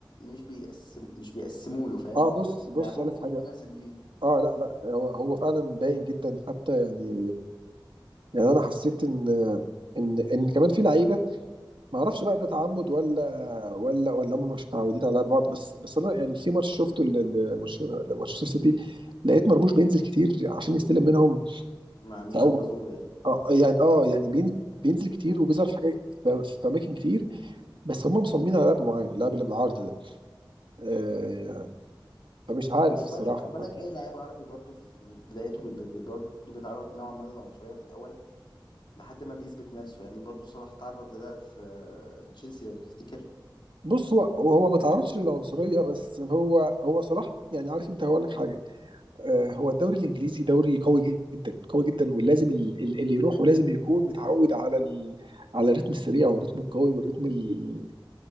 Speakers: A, on the left; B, on the right.
A: مش بيقسم مش بيقسموا له فاهم
B: اه بص بص
A: لعبهم
B: اقول لك حاجه
A: مش مناسب ليه
B: اه لا لا هو هو فعلا باين جدا حتى يعني يعني انا حسيت ان ان ان كمان في لعيبه ما اعرفش بقى ده تعمد ولا ولا ولا هم مش متعودين على لعب بعض بس بس انا يعني في ماتش شفته ل- لمانش- لمانشستر سيتي لقيت مرموش بينزل كتير عشان يستلم منهم
A: ما مش
B: او
A: بيبازوا له يعني
B: آه يعني اه يعني بين- بينزل كتير وبيظهر في حاجات ف- في اماكن كتير بس هم مصممين على لعب معين اللعب اللي بالعرض ده آه فمش عارف
A: خد
B: الصراحه
A: بالك خد بالك اي لعيب عربي برضه في بدايته بي- بي- برضه بيتعرض نوعا ما للعنصريه في الاول لحد ما بيثبت نفسه يعني برضه صلاح تعرض لده في في تشيلسي لو تفتكر
B: بص هو هو ما تعرضش للعنصريه بس هو هو صلاح يعني عارف انت هقول لك حاجه آه، هو الدوري الانجليزي دوري قوي جدا قوي جدا ولازم ال- ال- اللي يروحه لازم يكون متعود على ال... على الريتم السريع والريتم القوي والريتم ال...